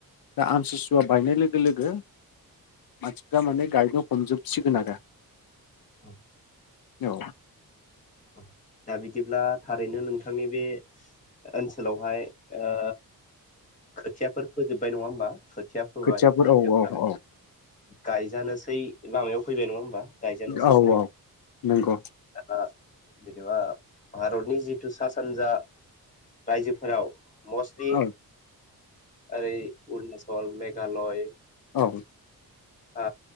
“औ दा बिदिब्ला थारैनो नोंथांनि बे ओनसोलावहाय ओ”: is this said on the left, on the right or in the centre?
Left